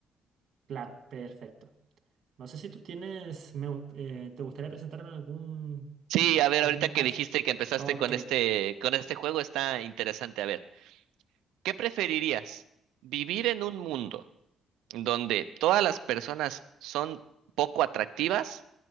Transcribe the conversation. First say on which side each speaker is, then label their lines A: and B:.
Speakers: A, on the right (about 65°); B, on the right (about 90°).
A: Claro, perfecto. No sé si tú tienes, me gu- eh, ¿te gustaría presentarme algún,
B: Sí, a ver,
A: algún
B: ahorita que
A: caso?
B: dijiste que empezaste
A: Ok,
B: con este, con este juego, está interesante. A ver, ¿qué preferirías? ¿Vivir en un mundo? donde todas las personas son poco atractivas